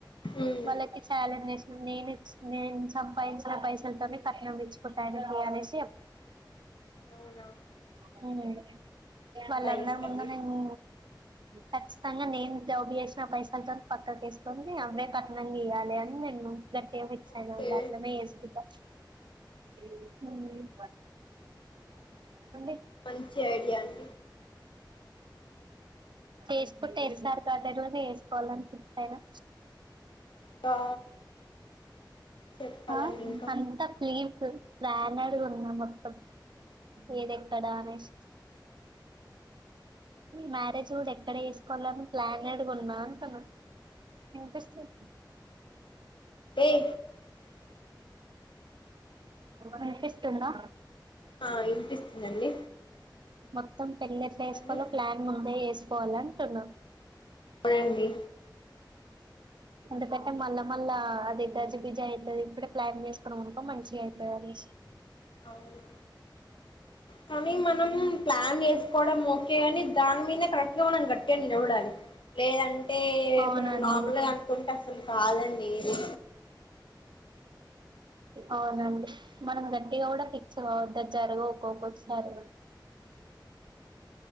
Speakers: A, on the left; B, on the right.
A: మ్మ్
B: వాళ్ళకి ఛాలెంజ్ చేసినాను నేను నేను సంపాదించిన పైసలతోనే కట్నం ఇచ్చుకుంటాను అనేసి
A: అవునా
B: హ్మ్మ్ వాళ్ళందరి
A: నైస్
B: ముందు
A: అండి
B: నేను ఖచ్చితంగా నేను జాబు చేసిన పైసలతో పక్కకు తీసుకొని అవ్వే కట్నంగా ఇయ్యాలి అని మరి నువ్వు ఎట్లా చేసుకున్నావ్
A: ఓకే
B: అట్లనే చేసుకుంటా ఉడి <inaudible>
A: మంచి ఐడియా అండి
B: చేసుకుంటే వస్తారు కద రోజు వేసుకోవాలని అనిపిత్తారు
A: ఇంకా చెప్పాలండి
B: ఆ
A: ఇంకా
B: అంత కేర్ఫుల్ <unintelligible> కూడా <unintelligible> ఏదేక్కడనేసి మీ మ్యారేజ్ కూడా ఎక్కడ వేసుకోవాలని ప్లాన్ అడుగున్నా అను ఎంతిస్తావ్
A: <inaudible>
B: మపిస్ ఉందా
A: ఆ వినిపిస్తుందండి
B: మొత్తం పెళ్ళి ఎట్లా
A: చెప్పండి
B: చేసుకోవాలో ప్లాన్ ముందే వేసు పోలంటున్నా
A: అవునండి
B: ఎందుకంటే మళ్ళ మళ్ళ అది గజి బిజి అవుతుంది ఇప్పుడే ప్లాన్ చేసుకున్నాం అనుకో మంచిగా అవుతది అనే
A: అవును కానీ మనం ప్లాన్ చేసుకోవడం ఓకే అని దాని మీద కరెక్ట్ గా మనం గట్టిగా నిలబడాలి లేదంటే
B: అవునండి
A: మనం నార్మల్గా అనుకుంటే అసలు కాదండి ఇది
B: అవునండి మనం గట్టిగా కూడా ఫిక్స్ కావద్దా జరగవు ఒక్కొక్కొక్కసారి